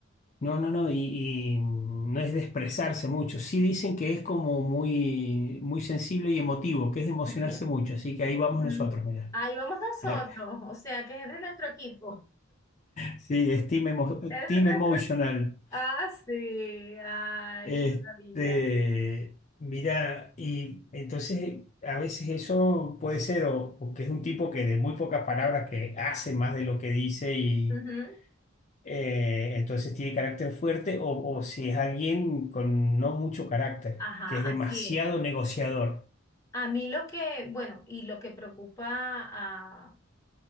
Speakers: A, on the left; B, on the left.
A: no, no, no, y, y no es de expresarse mucho. Sí dicen que es como muy, muy sensible y emotivo, que es de emocionarse
B: Ok.
A: mucho, así que ahí vamos
B: Ujú.
A: nosotros, mirá.
B: Ahí vamos
A: <laughs>
B: nosotros, o sea, que es de nuestro equipo,
A: Sí, es team, emo-
B: <laughs> es
A: team
B: de nuestro
A: emotional.
B: Ah, sí, ay,
A: Este,
B: qué maravilla.
A: mira, y entonces a veces eso puede ser o, o que es un tipo que de muy pocas palabras que hace más de lo que dice y
B: Ujú.
A: eh, entonces tiene carácter fuerte o, o si es alguien con no mucho carácter,
B: Ajá,
A: que es demasiado
B: así es.
A: negociador.
B: A mí lo que, bueno, y lo que preocupa